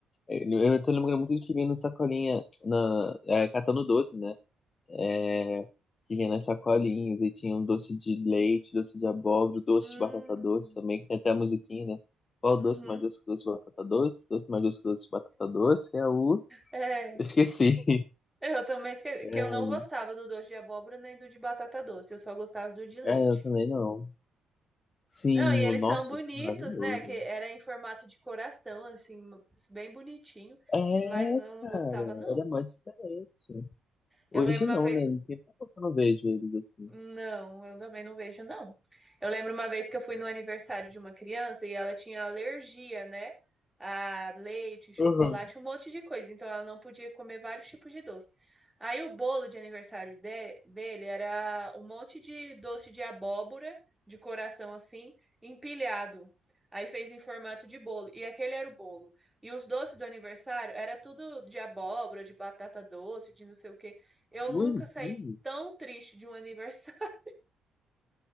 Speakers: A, on the left; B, in the centre.
A: é, Eu tô lembrando muito de que vinha na sacolinha, na, é, catando doce, né? É, Que vinha nas sacolinhas e tinha um doce de leite, doce de abóbora, doce
B: Hum,
A: de batata doce também, que tem até a musiquinha, né? Qual
B: uhum.
A: doce mais doce que doce de batata doce? Doce mais doce que doce de batata doce é o.
B: É.
A: Eu esqueci.
B: É, Eu também esque...
A: <laughs>
B: que eu não gostava do doce de abóbora nem do de batata doce, eu só gostava do de leite.
A: É, eu também não. Sim,
B: Não, e eles
A: o nosso,
B: são bonitos,
A: isso é maravilhoso.
B: né? Que era em formato de coração, assim, bem bonitinho,
A: É,
B: mas não, eu não
A: cara,
B: gostava, não.
A: era mais diferente.
B: Eu
A: Hoje
B: lembro uma
A: não,
B: vez
A: né? Não tem tempo que eu não vejo eles assim.
B: Não, eu também não vejo, não. Eu lembro uma vez que eu fui no aniversário de uma criança e ela tinha alergia, né? A leite, chocolate,
A: Uhum.
B: um monte de coisa. Então ela não podia comer vários tipos de doce. Aí o bolo de aniversário de- dele era um monte de doce de abóbora, de coração assim, empilhado. Aí fez em formato de bolo. E aquele era o bolo. E os doces do aniversário era tudo de abóbora, de batata doce, de não sei o quê. Eu
A: Ui,
B: nunca saí
A: inclusive.
B: tão triste de um aniversário. <laughs>